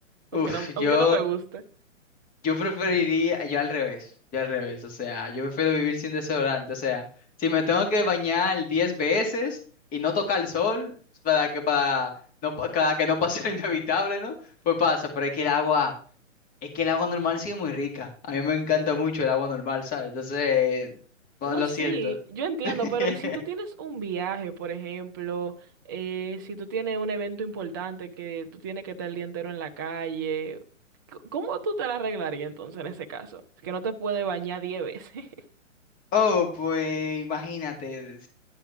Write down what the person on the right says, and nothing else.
aunque
no, aunque
no me guste.
No,
sí,
yo entiendo,
pero ¿y si tú tienes un viaje, por ejemplo, eh, si tú tienes un evento importante que tú tienes que estar el día entero en la calle, c- ¿cómo tú te la arreglarías entonces en ese caso? Es que no te puede bañar 10 veces. <laughs>